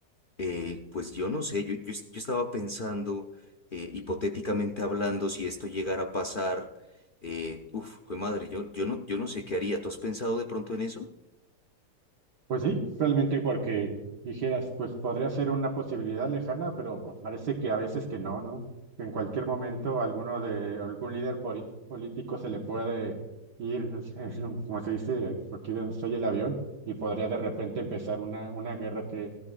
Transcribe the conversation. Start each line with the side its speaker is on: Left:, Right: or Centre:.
Left: Eh, pues yo no sé, yo, yo, es- yo estaba pensando, eh, hipotéticamente hablando, si esto llegara a pasar, eh, uf, jue madre, yo, yo no, yo no sé qué haría. ¿Tú has pensado de pronto en eso?
Right: Pues sí, realmente porque dijeras, pues podría ser una posibilidad lejana, pero pues, parece que a veces que no, ¿no? Que en cualquier momento alguno de algún líder poli- político se le puede ir, <laughs> como se dice, aquí donde estoy el avión, y podría de repente empezar una, una guerra que,